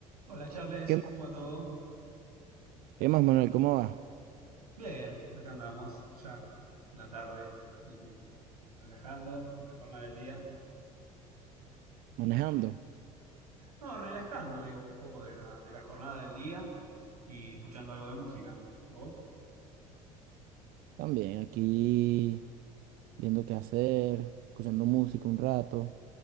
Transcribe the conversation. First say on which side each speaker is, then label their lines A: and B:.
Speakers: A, on the right; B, on the right.
A: Hola Charles,
B: ¿Qué
A: ¿cómo
B: más,
A: va todo?
B: Manuel? ¿Qué más, Manuel? ¿Cómo vas?
A: Bien, acá andamos, ya la tarde, así que relajando de la jornada del día.
B: ¿Manejando?
A: No, relajando, digo, un poco de la, de la jornada del día y escuchando algo de música. ¿Vos?
B: También aquí viendo qué hacer, escuchando música un rato.